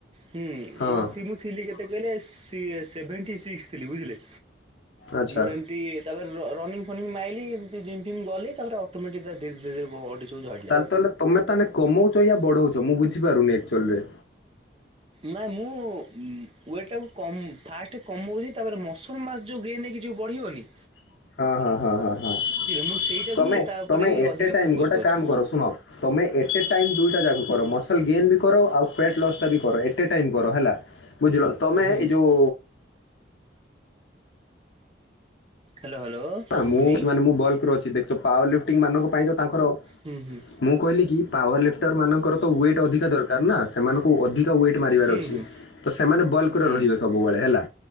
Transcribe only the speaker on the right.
ହୁଁ
ମୋର ଥି ମୁ ଥିଲି କେତେ କହିଲେ ସି ସେଭେଣ୍ଟି ସିକ୍ସ ଥିଲି ବୁଝିଲେ।
ମୋର ଏମିତି ତାପରେ ରନିଙ୍ଗ ଫନିଂ ମାଇଲି ଏମତି ଜିମ୍ ଫିମ୍ ଗଲି ତାପରେ ଅଟୋମେଟିକ ଧୀରେ ଧୀରେ ବଡି ସବୁ ଝଡ଼ିଲା।
ନା ମୁଁ ୱେଟ ଟାକୁ କମ ଫାଷ୍ଟ କମଉଛି ତାପରେ ମସ ପ୍ରଥମ ମାସ ଯୋଉ ଗେନ୍ ନେଇକ ଯୋଉ ବଢ଼ିବନି।
ମୁଁ ସେଇଟାକୁ
ହିଁ ତାପରେ
ହିଁ
ଅଧିକା
ଫୋକସ୍
କରୁଛି।
ହୁଁ
ହ୍ୟାଲୋ ହ୍ୟାଲୋ।
ଶୁଭୁନି
ହୁଁ ହୁଁ
ହୁଁ
ହୁଁ
ହୁଁ